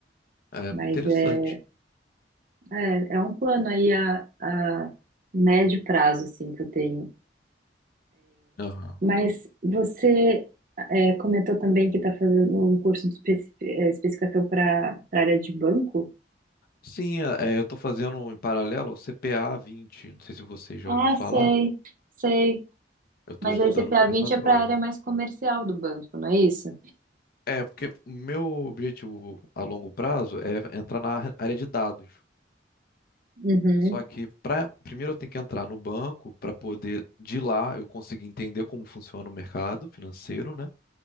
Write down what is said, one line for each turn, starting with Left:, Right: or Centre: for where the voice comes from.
Left: É
Right: Mas
Left: muito interessante.
Right: é, é, é um plano aí a, a médio prazo, assim, que eu tenho.
Left: Aham.
Right: Mas você é, comentou também que está fazendo um curso de espe- é, especificação para a área de banco?
Left: Sim, é, é, eu estou fazendo em paralelo o CPA vinte não sei se você já
Right: Ah,
Left: ouviu falar,
Right: sei, sei.
Left: eu estou
Right: Mas
Left: estudando
Right: aí CPA vinte
Left: para a prova.
Right: é para a área mais comercial do banco, não é isso?
Left: É, porque o meu objetivo a longo prazo é entrar na área de dados.
Right: Uhum.
Left: Só que pra, primeiro eu tenho que entrar no banco para poder, de lá, eu conseguir entender como funciona o mercado financeiro, né?